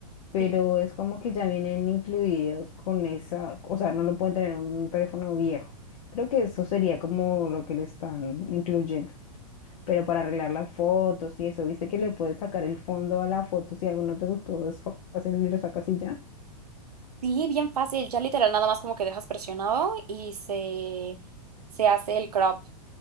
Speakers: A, on the left; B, on the right.
A: pero
B: Sí,
A: es como que ya vienen incluidos con esa, o sea, no lo pueden tener en un teléfono viejo. Creo que eso sería como lo que le están incluyendo. Pero para arreglar las fotos y eso, viste que le puedes sacar el fondo a la foto si algo no te gustó, es fa- fácil y lo sacas y ya.
B: sí, bien fácil. Ya literal nada más como que dejas presionado y se, se hace el crop.